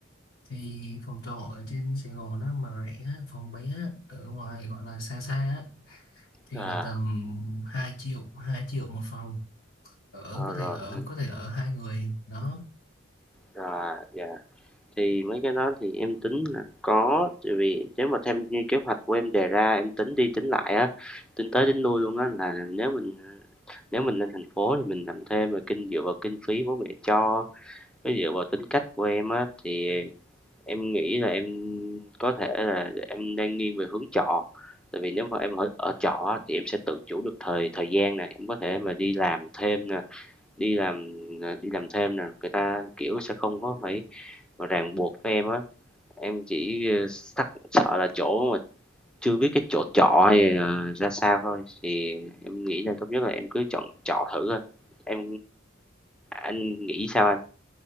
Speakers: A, on the left; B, in the centre.
A: thì phòng trọ ở trên Sài Gòn á mà rẻ á, phòng bé á, ở ngoài gọi là xa xa á, thì
B: à,
A: là tầm hai triệu hai triệu một phòng ở
B: ờ,
A: có
B: rồi
A: thể ở
B: anh,
A: có thể ở hai người đó
B: à, dạ. Thì mấy cái đó thì em tính là có, tại vì nếu mà thêm như kế hoạch của em đề ra, em tính đi tính lại á, tính tới tính lui luôn á là nếu mình nếu mình lên thành phố thì mình làm thêm mà kinh dựa vào kinh phí bố mẹ cho với dựa vào tính cách của em á thì em nghĩ là em có thể là em đang nghiêng về hướng trọ tại vì nếu mà em ở, ở trọ á, thì em sẽ tự chủ được thời thời gian này em có thể mà đi làm thêm nè đi làm à, đi làm thêm nè người ta kiểu sẽ không có phải mà ràng buộc với em á Em chỉ, ờ, sắc sợ là chỗ mà chưa biết cái chỗ trọ hay là ra sao thôi, thì em nghĩ là tốt nhất là em cứ chọn trọ thử thôi. Em anh nghĩ sao anh?